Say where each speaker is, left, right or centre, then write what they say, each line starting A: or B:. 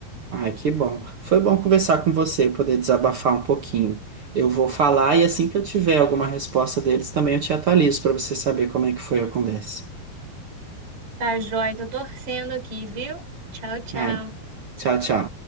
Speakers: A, on the right (about 80°); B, on the right (about 55°).
A: Ai, que bom. Foi bom conversar com você, poder desabafar um pouquinho. Eu vou falar e assim que eu tiver alguma resposta deles, também eu te atualizo para você saber como é que foi a conversa.
B: Tá, joia, tô torcendo aqui, viu? Tchau, tchau.
A: Ai, tchau, tchau.